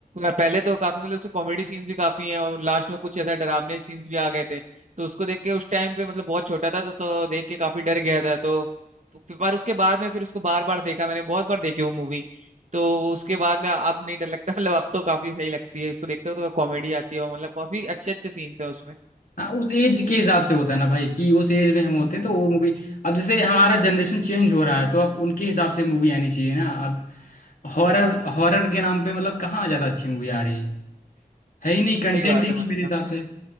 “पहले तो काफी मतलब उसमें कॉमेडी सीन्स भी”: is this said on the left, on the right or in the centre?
Right